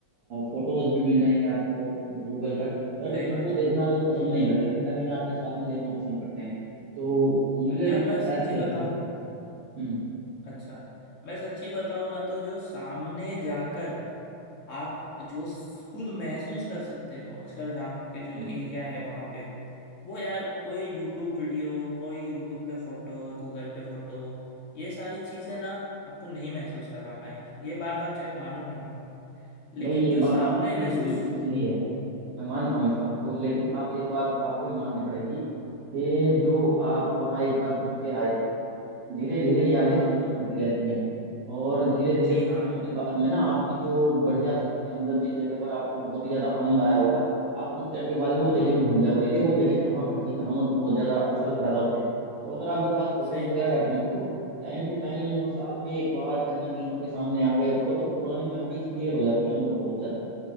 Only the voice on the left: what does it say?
सही
बात है
हम्म
यार मैं
सच्ची
बताऊं
अच्छा मैं सच्ची बताऊं ना तो जो सामने जाकर आप जो स- खुद महसूस कर सकते हो अक्षरधाम के जो
एरिया है वहां पे वो यार कोई यूट्यूब वीडियो कोई यूट्यूब पे फोटो गूगल पे फोटो ये सारी चीजें ना आपको नहीं महसूस करवा पाएंगी ये बात आप चाहे मानो ना मानो लेकिन
जो
सामने
महसूस
हाँ
जी
हाँ
हाँ
हाँ
सही बात
है